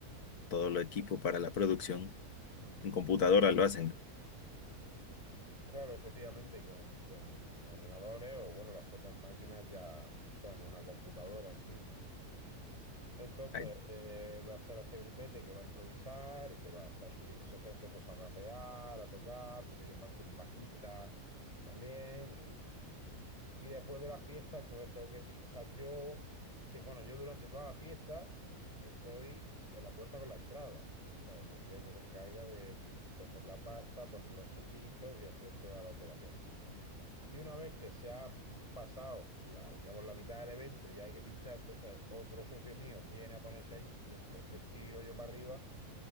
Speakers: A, on the left; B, on the left.
A: todo el equipo para la producción.
B: Hmm.
A: En computadora lo hacen.
B: Claro, efectivamente, con, con ordenadores o, bueno, las propias máquinas ya son una computadora en sí misma. Entonces,
A: Ay,
B: eh, va a estar este grupete que va a improvisar y que va a estar subiéndose gente pues a rapear, a tocar, porque ellos van con un bajista también. Y, y después de la fiesta, entonces tengo que pinchar yo. Es decir, bueno, yo durante toda la fiesta estoy en la puerta con la entrada. O sea, yo soy el que se encarga de coger la pasta, poner los sellitos y hacer toda la operación. Y una vez que se ha mm, pasado la, digamos, la mitad del evento y hay que pinchar, entonces otro socio mío viene a ponerse ahí y entonces tiro yo para arriba